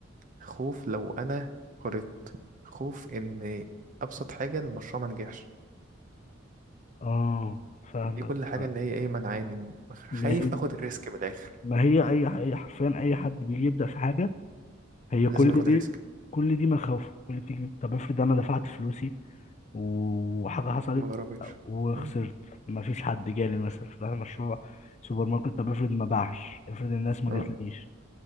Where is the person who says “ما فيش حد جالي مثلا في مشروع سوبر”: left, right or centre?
Left